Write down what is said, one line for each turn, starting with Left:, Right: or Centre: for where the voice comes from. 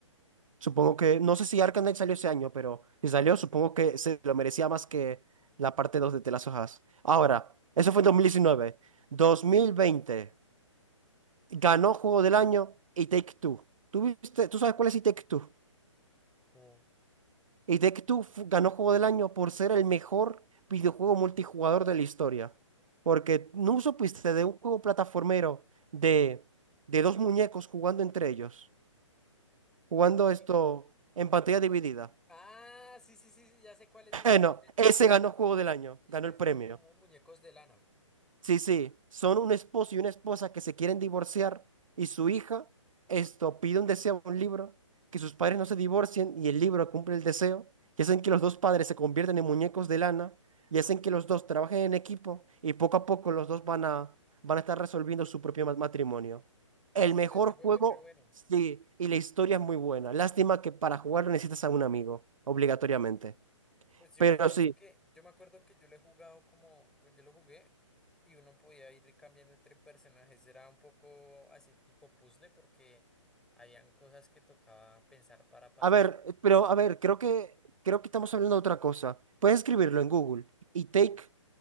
Right: Supongo que, no sé si Arkham Knight salió ese año, pero si salió, supongo que se lo merecía más que la parte 2 de The Last of Us. Ahora, eso fue en 2019. dos mil veinte ganó Juego del Año y Take Two. ¿Tú viste- tú sabes cuál es y Take Two?
Centre: No.
Right: Y Take Two fu- ganó Juego del Año por ser el mejor videojuego multijugador de la historia. Porque no supiste de un juego plataformero de, de dos muñecos jugando entre ellos, jugando
Centre: Dos muñe-
Right: esto en pantalla dividida.
Centre: Ah, sí, sí, sí, sí, ya sé cuál es ese.
Right: Eh, no,
Centre: Este-
Right: ese
Centre: este- es
Right: ganó
Centre: de-
Right: Juego del Año,
Centre: es
Right: ganó
Centre: que
Right: el
Centre: es
Right: premio.
Centre: como muñecos de lana.
Right: Sí, sí, son un esposo y una esposa que se quieren divorciar y su hija, esto, pide un deseo, un libro, que sus padres no se divorcien y el libro cumple el deseo y hacen que los dos padres se convierten en muñecos de lana y hacen que los dos trabajen en equipo y poco a poco los dos van a, van a estar resolviendo su propio ma- matrimonio. El
Centre: Uy,
Right: mejor
Centre: pero ese juego
Right: juego,
Centre: es re bueno.
Right: sí, y la historia es muy buena. Lástima que para jugarlo necesitas a un amigo, obligatoriamente.
Centre: Pues yo
Right: Pero
Centre: me acuerdo
Right: sí,
Centre: que, yo me acuerdo que yo lo he jugado como, yo lo jugué y uno podía ir cambiando entre personajes. Era un poco así tipo puzzle porque habían cosas que tocaba pensar para pasar.
Right: A ver, eh, pero a ver, creo que creo que estamos hablando de otra cosa. Puedes escribirlo en Google. Y take,